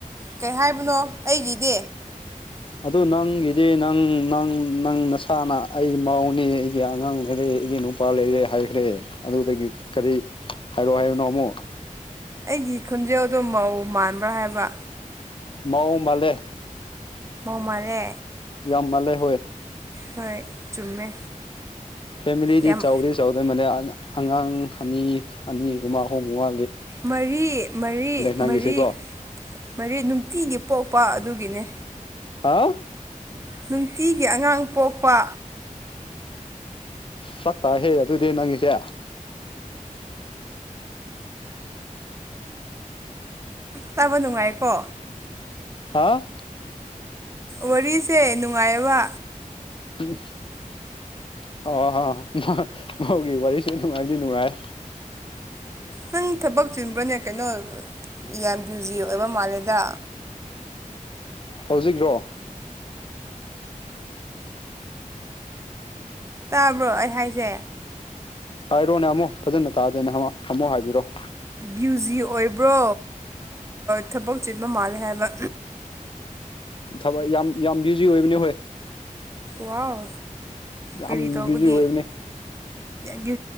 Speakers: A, on the right; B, on the left.
A: ꯀꯩ ꯍꯥꯏꯕꯅꯣ ꯑꯩꯒꯤꯗꯤ
B: ꯑꯗꯨ ꯅꯪꯒꯤꯗꯤ ꯅꯪ ꯅꯪ ꯅꯪ ꯅꯁꯥꯅ ꯑꯩ ꯃꯎꯅꯤ ꯑꯩꯒꯤ ꯑꯉꯥꯡ ꯂꯩꯔ ꯑꯩ ꯏꯒꯤ ꯅꯨꯄꯥ ꯂꯩꯔꯦ ꯍꯥꯏꯈ꯭ꯔꯦ ꯑꯗꯨꯗꯒꯤ ꯀꯔꯤ ꯍꯥꯏꯔꯛ ꯍꯥꯏꯕꯅꯣ ꯑꯃꯨꯛ
A: ꯑꯩꯒꯤ ꯈꯣꯟꯖꯦꯜꯗꯣ ꯃꯧ ꯃꯥꯟꯕ꯭ꯔꯥ ꯍꯥꯏꯕ
B: ꯃꯕꯂꯦ
A: ꯃꯃꯂꯦ
B: ꯌꯥꯝ ꯃꯥꯜꯂꯦ ꯍꯣꯏ
A: ꯍꯣꯏ ꯆꯨꯝꯃꯦ
B: ꯐꯦꯃꯤꯂꯤꯗꯤ
A: ꯌꯥꯝ
B: ꯆꯥꯎꯗꯤꯦ ꯆꯥꯎꯗꯣꯏ ꯃꯜꯂꯦ ꯑꯉꯥꯡ ꯑꯅꯤ ꯑꯅꯤꯒꯨꯝ ꯑꯍꯣꯡꯕ
A: ꯃꯔꯤ ꯃꯔꯤ
B: ꯅꯪꯒꯤꯁꯦꯀꯣ
A: ꯃꯔꯤ ꯃꯔꯤ ꯅꯨꯡꯇꯤꯒꯤ ꯄꯣꯛꯄ ꯑꯗꯨꯒꯤꯅꯦ
B: ꯍꯥ
A: ꯅꯨꯡꯇꯤꯒꯤ ꯑꯉꯥꯡ ꯄꯣꯛꯄ
B: ꯆꯥꯛ ꯇꯍꯦ ꯑꯗꯨꯗꯤ ꯅꯪꯉꯁꯦ
A: ꯇꯥꯕ ꯅꯨꯡꯉꯥꯏꯀꯣ
B: ꯍꯥꯥ
A: ꯋꯥꯔꯤꯁꯦ ꯅꯨꯡꯉꯥꯏꯕ
B: ꯎꯝ ꯍ ꯍ ꯃꯧꯒꯤ ꯋꯥꯔꯤꯁꯦ ꯅꯨꯡꯉꯥꯏꯗꯤ ꯅꯨꯡꯉꯥꯏ
A: ꯅꯪ ꯊꯕꯛ ꯆꯤꯟꯕ꯭ꯔꯣꯅꯦ ꯀꯩꯅꯣ ꯌꯥꯝ ꯕꯤꯖꯤ ꯑꯣꯏꯕ ꯃꯥꯜꯂꯦꯗ
B: ꯍꯧꯖꯤꯛꯔꯣ
A: ꯇꯥꯕ꯭ꯔꯣ ꯑꯩ ꯍꯥꯏꯁꯦ
B: ꯍꯥꯏꯔꯣꯅꯦ ꯑꯃꯨꯛ ꯐꯖꯅ ꯇꯥꯗꯦꯅꯦ ꯑꯃꯨꯛ ꯍꯥꯏꯕꯤꯔꯣꯑꯣ
A: ꯕ꯭ꯌꯨꯖꯤ ꯑꯣꯏꯕ꯭ꯔꯣ ꯊꯕꯛ ꯆꯤꯟꯕ ꯃꯥꯜꯂꯦ ꯍꯥꯏꯕ
B: ꯊꯕ ꯌꯥꯝ ꯌꯥꯝ ꯕꯤꯖꯤ ꯑꯣꯏꯕꯅꯦ ꯍꯣꯏ
A: ꯋꯥꯎ
B: ꯌꯥꯝ
A: ꯀꯔꯤ ꯇꯧꯕꯒꯦ
B: ꯕ꯭ꯌꯨꯖꯤ ꯑꯣꯏꯕꯅꯤ
A: ꯕꯤ